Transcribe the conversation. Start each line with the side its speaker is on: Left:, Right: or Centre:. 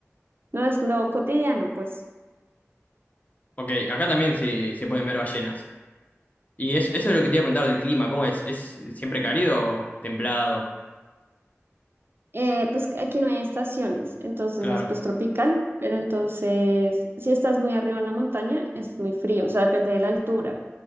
Right: no es lo cotidiano, pues.
Left: ok. Acá también se, se pueden ver ballenas. Y es- eso es lo que te iba a preguntar del clima, ¿cómo es? ¿Es siempre cálido o templado?
Right: Eh, pues aquí no hay estaciones, entonces
Left: Claro,
Right: es pues tropical, pero entonces si estás muy arriba en la montaña es muy frío, o sea, depende de la altura.